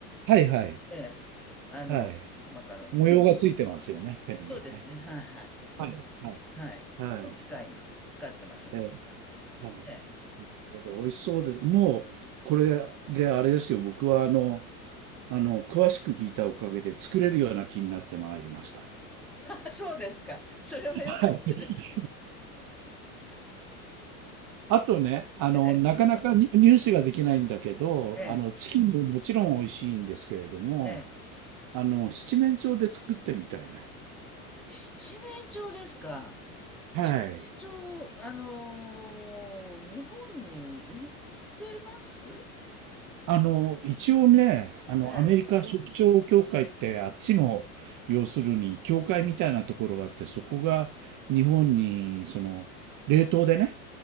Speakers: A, on the right; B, in the centre.
A: はいはい。
B: ええ、あの、
A: はい。
B: マカロニです。
A: 模様がついてますよね、ペンネはね。
B: そうですね。はいはい。そうです。
A: はい、はい、
B: はい。
A: はい。
B: を使います。使ってます、私は。
A: ええ、はい。なる
B: ええ。
A: ほど、美味しそうです。もう、これであれですよ、僕はあの、あの、詳しく聞いたおかげで作れるような気になってまいりました。
B: あ、そうですか。それは良かったです。
A: はい。あとね、あの、
B: ええ、
A: なかなかに入手ができないんだけど、
B: ええ、
A: あの、チキンももちろん美味しいんですけれども、
B: ええ。
A: あの、七面鳥で作ってみたいな。
B: 七面鳥ですか。
A: はい。
B: 七面鳥、あのー日本に売ってます
A: あの、一応ね、あの、
B: ええ。
A: アメリカ食出協会って、あっちの、要するに、協会みたいなところがあって、そこが日本に、その、冷凍でね、